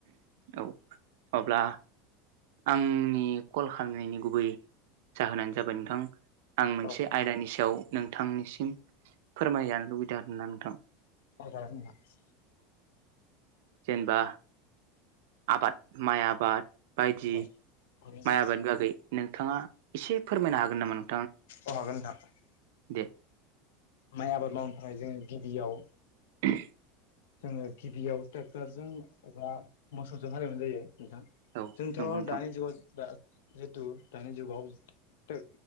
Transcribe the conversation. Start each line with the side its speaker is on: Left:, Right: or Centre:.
Right: औ माब्ला आंनि कल खालामनायनि गुबै जाहोनानो जाबाय नोंथां। आं मोनसे
Left: औ
Right: आयदानि सायाव नोंथांनिसिम फोरमायजानो लुबैदो आरा नोंथां।
Left: फोरमाय जागोन नोंथां।
Right: जेनेबा आबाद माइ आबाद बायदि
Left: औ मावजागोन नोंथां औ हागोन नोंथां
Right: माइ आबादनि बागै नोंथाङा एसे फोरमायनो हागोन नामा नों
Left: अ' हागोन नोंथां।
Right: दे
Left: माइ आबाद मावनो थाखाय जों गिबियाव
Right: <unintelligible>
Left: जोङो गिबियाव ट्रेक्टरजों एबा मोसौजों हालेवनाय जायो। नोंथां
Right: औ
Left: जोंथ'
Right: नंगौ नोंथां
Left: दानि जुगाव जा जिहेथु दानि जुगाव थो